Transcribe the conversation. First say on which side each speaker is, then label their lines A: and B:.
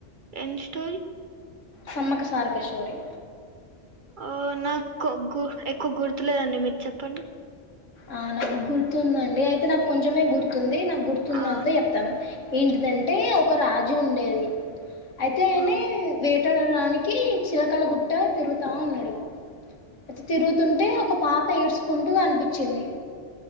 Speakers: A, on the right; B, on the left.
A: ఎం స్టోరీ
B: సమ్మక్క సారక్క స్టోరీ
A: ఆ నాకు గు ఎక్కుగుర్తులేదండి మీరు చెప్పండి.
B: ఆ నాకు గుర్తుందండి అయితే నాకు కొంచమే గుర్తుంది నాకు గుర్తుందంత
A: ఆ
B: చెప్ తాను. ఏంటిదంటే ఒక రాజు ఉండేది అయితే ఆయనే
A: ఆ
B: వే ట్టడానికి చిలకల గుట్ట తిరుగుతా ఉన్నడు. అట తిరుగుతుంటే ఒక పాప ఏడ్చుకుంటూ కనిపించింది.